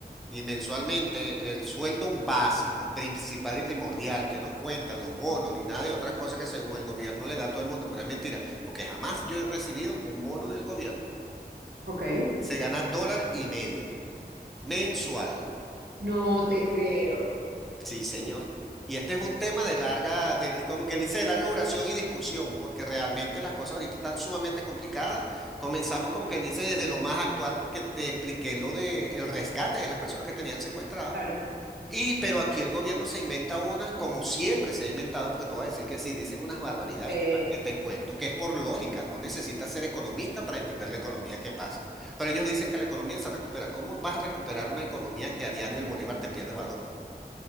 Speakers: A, in the centre; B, on the right.
A: Y mensualmente el sueldo básico, principal y primordial, que no cuentan los bonos ni nada de otras cosas que según el gobierno le da a todo el mundo, pero es mentira, porque jamás yo he recibido un bono del gobierno.
B: Ok,
A: Se gana dólar y medio mensual.
B: No te creo.
A: Sí, señor. Y este es un tema de larga, de, como quien dice, de larga duración y discusión, porque realmente las cosas ahorita están sumamente complicadas. Comenzamos como quien dice desde lo más actual, porque te expliqué lo del rescate de las personas que tenían secuestradas.
B: claro.
A: Y, pero aquí el gobierno se inventa una, como siempre se ha inventado, porque te voy a decir que sí, dicen unas barbaridades
B: Eh,
A: que para qué te cuento, que es por lógica, no necesitas ser economista para entender la economía que pasa. Pero ellos dicen que la economía se recupera. ¿Cómo vas a recuperar una economía que a diario el bolívar te pierde valor?